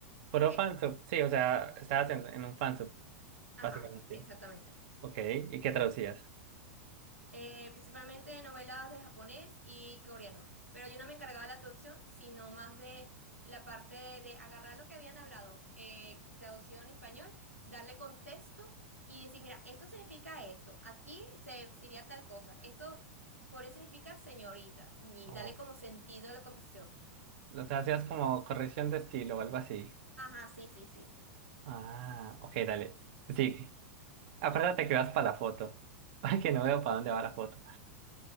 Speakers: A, on the right; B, on the right.
A: puro
B: ok,
A: fansub, sí, o sea, estabas en, en un fansub,
B: ajá,
A: básicamente.
B: sí, exactamente.
A: Ok, ¿y qué traducías?
B: Eh, principalmente novelas de japonés y coreano. Pero yo no me encargaba de la traducción, sino más de la parte de agarrar lo que habían hablado, eh, traducido en español, darle contexto y decir, mira, esto significa esto, aquí se sería tal cosa, esto podría significar señorita, y
A: Ok.
B: darle como sentido a la conversación.
A: O sea, hacías como corrección de estilo o algo así.
B: Ajá, sí, sí, sí.
A: Ah, ok, dale, sigue. Acuérdate
B: Ok,
A: que vas para la foto. <laughs> Porque
B: ok.
A: no veo para dónde va la foto.